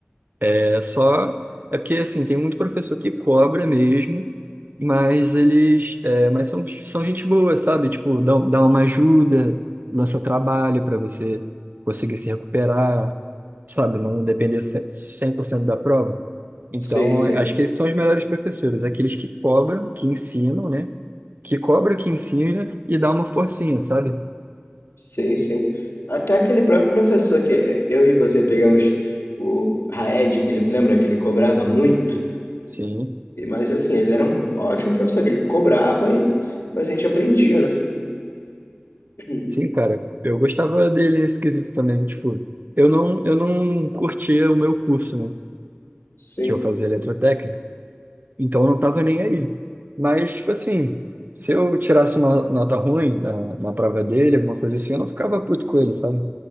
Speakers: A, on the right; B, on the left.
A: é só. É porque, assim, tem muito professor que cobra mesmo, mas eles. É, mas são, são gente boa, sabe? Tipo, dá, dá uma ajuda, lança trabalho para você conseguir se recuperar, sabe? Não depender ce- 100% da prova. Então,
B: Sei, sei.
A: acho que esses são os melhores professores, aqueles que cobram, que ensinam, né? Que cobra, que ensina e dá uma forcinha, sabe?
B: Sim, sim. Até aquele próprio professor que eh, eu e você pegamos o Raed, que ele lembra que ele cobrava muito.
A: Sim.
B: E- Mas assim, ele era um ótimo professor, que ele cobrava e mas a gente aprendia, né? <clears throat>
A: Sim, cara, eu gostava dele esquisito também, tipo, eu não, eu não curtia o meu curso, né,
B: Sim.
A: que eu fazia eletrotécnica, então eu não tava nem aí. Mas, tipo assim, se eu tirasse uma nota ruim na, na prova dele, alguma coisa assim, eu não ficava puto com ele, sabe?